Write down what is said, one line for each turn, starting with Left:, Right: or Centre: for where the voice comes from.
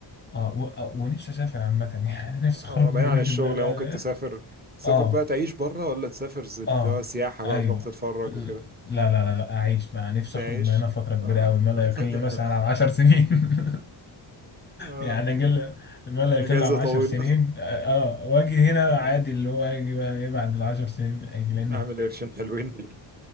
Left: اه و- آه، ونفسي اسافر عامة <laughs> يعني نفسي اخرج
Right: اه ما بعيد
Left: من
Right: عن الشغل
Left: لا لا
Right: يعني ممكن
Left: لا
Right: تسافر تسافر
Left: اه
Right: بقى تعيش بره ولا تسافر زي- اللي
Left: اه
Right: هو سياحة بقى
Left: ايوه
Right: تروح تتفرج وكده
Left: لا لا لا لا اعيش مع نفسي
Right: تعيش
Left: اخرج من هنا فترة كبيرة
Right: اه
Left: قوي ما لا
Right: <laughs>
Left: يقل مثلا عن عشر سنين <laughs>
Right: اه
Left: يعني قل ما لا
Right: اجازة
Left: يقل عن عشر
Right: طويلة
Left: سنين اه آه، واجي
Right: <laughs>
Left: هنا عادي اللي هو يجي بقى ايه بعد العشر سنين اجي لان
Right: عامل قرشين حلوين